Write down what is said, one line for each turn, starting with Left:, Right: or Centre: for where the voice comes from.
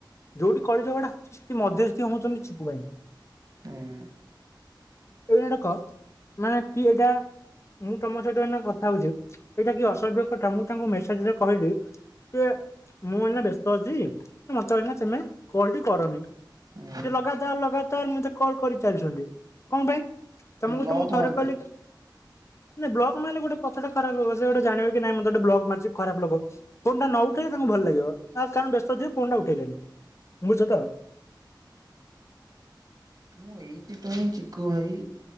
Left: ଯୋଉଠି କଳି ଝଗଡା ହଉଛି ସେଠି ମଧ୍ୟସ୍ଥିି ହଉଛନ୍ତି ଚିକୁ ଭାଇ।
Right: ହୁଁ
Left: ଏଇନା ଡାକ ମାନେ କିଏ ଏଇଟା ମୁଁ ତମ ସହିତ ଏଇନା କଥା ହଉଛି ଏଇଟା କି ଅସଭ୍ୟ କଥା ମୁଁ ତାଙ୍କୁ ମେସେଜରେ କହିଲି ସେ ମୁଁ ଏଇନା ବ୍ୟସ୍ତ ଅଛି ମତେ ଏଇନା ତମେ କଲ୍ ଟି କରନି।
Right: ହୁଁ
Left: ସେ ଲଗାତାର ଲଗାତାର ମତେ କଲ୍ କରିଚାଲିଛନ୍ତି କଣ ପାଇଁ। ତମକୁ
Right: ବ୍ଲକ
Left: ତ ମୁଁ ଥରେ
Right: ମାରିଦିଅ।
Left: କହିଲି ନା ବ୍ଲକ ମାରିଲେ ଗଟେ କଥା ଟା ଖରା ଲୋକ ସେ ଗୋଟେ ଜାଣେ କି ନାହିଁ ମତେ ବ୍ଲକ ମାରଛି ଖରାପ ଲୋକ। ଫୋନ ଟା ନ ଉଠେଇଲେ ତାଙ୍କୁ ଭଲ ଲାଗିବ। ନା କାରଣ ବ୍ୟସ୍ତ ଥିବ ଫୋନ୍ ଟା ଉଠେଇଲେଣିି ବୁଝୁଚ ତ?
Right: ମୁଁ ଏଇଥିପାଇଁ ଚିକୁୁ ଭାଇ